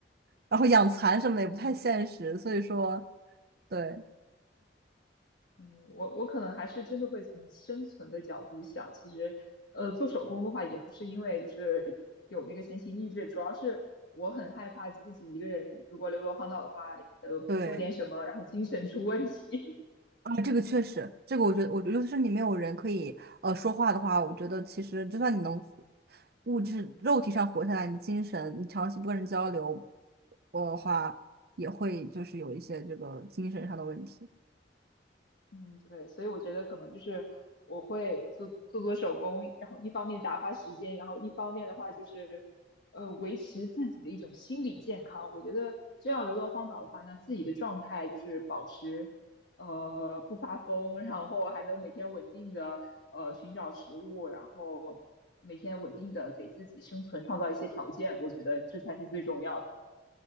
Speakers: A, on the right (about 60°); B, on the left (about 70°).
A: 然后养蚕什么的也不太现实。
B: 嗯
A: 所以说，对
B: 嗯，我我可能还是真的会从生存的角度想，其实，呃，做手工的话，也不是因为就是有那个闲情逸致，主要是我很害怕自己一个人如果流落荒岛的话，呃，
A: 对
B: 不做点什么，然后精神出问题，<laughs>
A: 啊，这个确实，这个我觉得，我觉得就是你没有人可以呃说话的话，我觉得其实就算你能物质肉体上活下来，你精神你长期不跟人交流我的话，也会就是有一些这个精神上的问题。
B: 嗯，对，所以我觉得可能就是我会做做做手工，然后一方面打发时间，然后一方面的话就是，呃，维持自己的一种心理健康。我觉得这样流落荒岛的话那自己的状态就是保持，呃，不发疯，然后还能每天稳定的呃寻找食物，然后每天稳定的给自己生存创造一些条件。我觉得这才是最重要的。